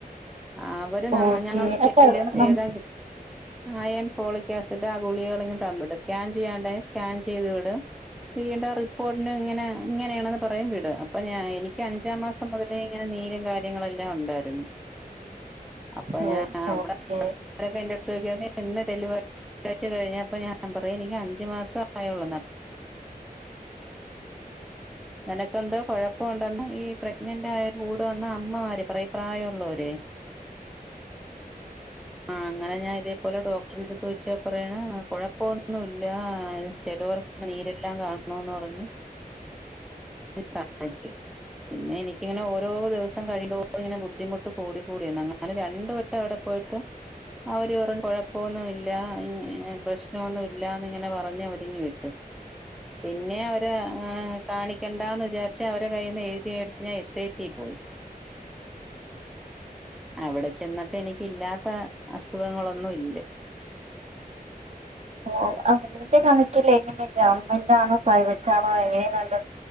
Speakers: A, in the centre; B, on the right (about 45°).
A: ആഹ് <unintelligible>
B: ഓക്കെ
A: ഞങ്ങള് <unintelligible>
B: അല്ല നം
A: ഏതാ അയേൺ ഫോളിക് ആസിഡ് ആ ഗുളികകള് ഇങ്ങ് തന്നുവിടും. സ്കാൻ ചെയ്യാ ണ്ടേ സ്കാൻ ചെയ്ത് വിടും വീണ്ടും റിപ്പോർട്ടിന് ഇങ്ങനെ ഇങ്ങനെയാണെന്ന് പറയും വിടും അപ്പ നാ എനിക്ക് അഞ്ചാം മാസം മുതലേ ഇങ്ങനെ നീരും കാര്യങ്ങളെല്ലാം ഉണ്ടായിരുന്നു. അപ്പൊ
B: ഓ
A: ഞാൻ അവിടെക്കെ
B: ഓക്കെ
A: എന്റെ അടുത്ത് ചോദിക്കുവായിരുന്നു ഇന്ന് ഡെലിവറി അഴ്ച്ച കഴിഞ്ഞപ്പൊ ഞാൻ പറയാ എനിക്ക് അഞ്ചു മാസആയോളെന്ന് നിനക്കെന്തോ കൊഴപ്പംണ്ടെന്ന് ഈ പ്രഗ്നന്റ് ആയരു കൂടെ വന്ന അമ്മമാര് പറയും പ്രായമുള്ളവര് ആ അങ്ങനെ ഞാൻ ഇതേപോലെ എടുത്ത വെച്ചാൽ പറയാണ് കുഴപ്പമൊന്നുവില്ല ചിലർ നീരെല്ലാം കാണണന്ന് പറഞ്ഞ് കാണച്ച് പിന്നെ എനിക്കിങ്ങനെ ഓരോ ദിവസം കഴിയുംതോറും ഇങ്ങനെ ബുദ്ധിമുട്ട് കൂട കൂടി വന്ന് അങ്ങനെ രണ്ടു വട്ടം അവിടെ പോയിട്ടും അവര്പറഞ്ഞു കുഴപ്പൊന്നുവില്ല പ്രശ്നമൊന്നും ഇല്ലന്ന് ഇങ്ങനെ പറഞ്ഞ് അവരിങ്ങ് വിട്ട് പിന്നെ അവര് കാണിക്കണ്ടാന്ന് വിചാരി പക്ഷേ അവരെ കൈയ്യിന്ന് എഴുതിവേടിച്ച് എസ് ഏറ്റി പോയി അവിടെ ചെന്നപ്പോ എനിക്ക് ഇല്ലാത്ത അസുഖങ്ങളൊന്നും ഇല്ല
B: ഓ നിന്റെ കണക്കിൽ എങ്ങനെ ഗവണ്മെന്റ്ണോ പ്രൈവറ്റാണോ എങ്ങനെ നല്ലത